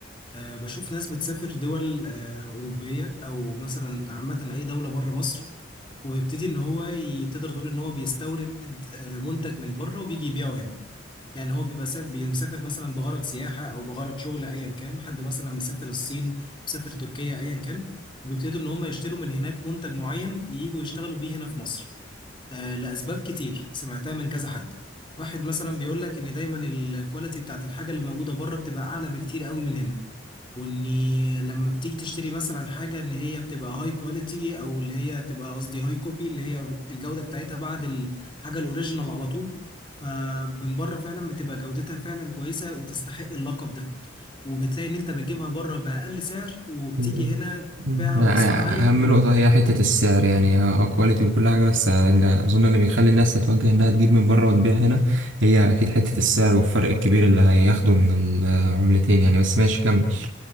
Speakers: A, on the left; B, on the right.
A: أه بشوف ناس بتسافر دول أه أوروبية أو مثلا عامة أي دولة بره مصر وبيبتدي ان هو ي- تقدر تقول ان هو بيستورد آه، منتج من بره وبيجي يبيعه هنا يعني هو بيبقى سا- بيبقى مسافر مثلا بغرض سياحه او بغرض شغل ايا كان حد مثلا مسافر الصين مسافر تركيا ايا كان بيبتدوا ان هم يشتروا من هناك منتج معين ييجوا يشتغلوا بيه هنا في مصر آه، لاسباب كتير سمعتها من كذا حد واحد مثلا بيقول لك ان دايما الكواليتي بتاعت الحاجه اللي موجوده بره بتبقى اعلى بكتير قوي من هنا واني لما بتيجي تشتري مثلا حاجه ان هي بتبقى هاي كواليتي او اللي هي تبقى قصدي هاي كوبي اللي هي الجوده بتاعتها بعد الحاجه الاوريجينال على طول فمن بره فعلا بتبقى جودتها فعلا كويسه وتستحق اللقب ده وبتلاقي ان انت بتجيبها بره باقل سعر وبتيجي
B: <laughs> مم.
A: هنا
B: مم.
A: تبيعها
B: أ-
A: باسعار عاليه
B: اهم نقطة هي حتة السعر يعني اه كواليتي وكل حاجة بس اللي اظن اللي بيخلي الناس تتوجه انها تجيب من بره وتبيع هنا هي اكيد حتة السعر والفرق الكبير اللي هياخده من العملتين يعني بس ماشي كمل